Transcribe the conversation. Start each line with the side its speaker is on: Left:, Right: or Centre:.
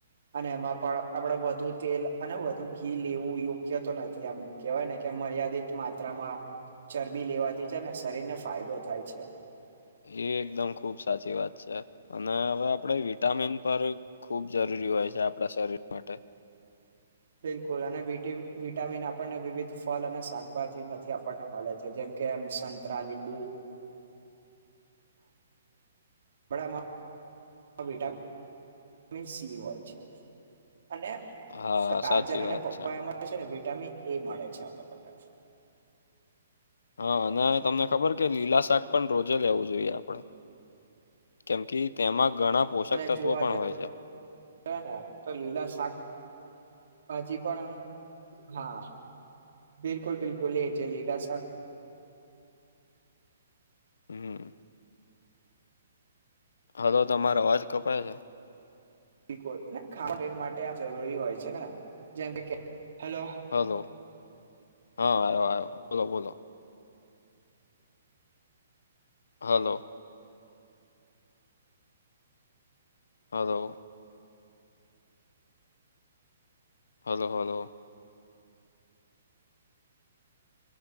Right: અને એમાં પણ આપણેે વધુ તેલ અને વધુ ઘી લેવું યોગ્ય તો નથી આમ કેહેવાય ને કે મર્યાદિત માત્રામાં ચરબી લેવાથી છે ને શરીર ને ફાયદો થાય છે.
Left: એ એકદમ ખુબ સાચી વાત છે અને હવે આપણે વિટામિન પર ખૂબ જરૂરી હોય છે આપણા શરીર માટે
Right: બિલકુલ અને વિ વિટામિન આપણને વિવિધ ફળ અને શાકભાજીમાંથી આપણને મળે છે જેમ કેમ સંતરા લીમબુ વડામાંટ વિટામિન સી હોય છે અને
Left: હા સાચી
Right: આજાર અને
Left: વાત
Right: પપ્પા
Left: છે
Right: એ મળ છે ને વિટામિન એ મળે છે આપણને
Left: હા અને તમને ખબર કે લીલા શાક પણ રોજે લેવું જોઈએ આપડે કેમ કે તેમાં ઘણા પોષક
Right: અને
Left: તત્વો
Right: જો આજે
Left: પણ હોય છે
Right: ને તો લીલા શાક હછી પણ આમ હા બિલકુલ બિલકુલ એ જે લીલા સાબ
Left: હમ હ તો તમારે અવાજ કપડાય છે.
Right: બ ખ માટે આ જરૂરી હોય છે ને જેમ કે હલો
Left: હલો હા આવ્યો આવ્યો બોલો બોલો હલો હઉ હલો હલો